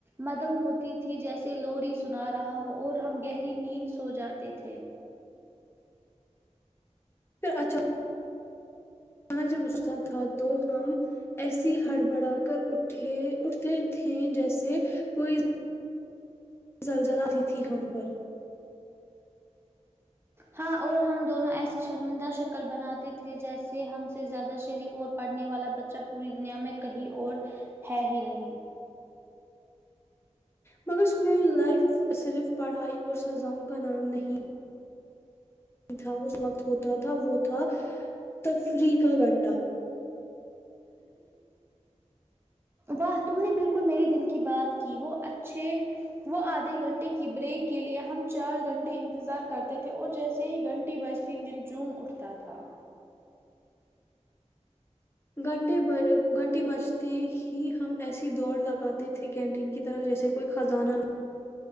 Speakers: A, on the right; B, on the left.
A: مدم ہوتی تھی جیسے لوری سنا رہا ہو اور ہم گہری نیند سو جاتے تھے
B: اچھا اچانک جب استاد تھا تو ہم ایسی ہڑبڑا کر اٹھے اٹھتے تھے جیسے کوئی زلزلہ اتی تھی ہم پر
A: ہاں اور ہم دونوں ایسی شرمندہ شکل بناتے تھے جیسے ہم سے زیادہ شریف اور پڑھنے والا بچہ پوری دنیا میں کہیں اور ہے ہی نہیں
B: مگر اسکول لائف صرف پڑھائی اور سزاؤں کا نام نہیں تھا اس وقت ہوتا تھا وہ تھا تفریح کا گھنٹہ
A: واہ تم نے بالکل میرے دل کی بات کی وہ اچھے وہ آدھے گھنٹے کی بریک کے لیے ہم چار گھنٹے انتظار کرتے تھے اور جیسے ہی گھنٹی بج تی دلجوم اٹھتا تھا
B: گھنٹے ب گھنٹے بجتے ہی ہم ایسی دوڑ لگاتے تھے کینٹین کی طرف جیسے کوئی خزانہ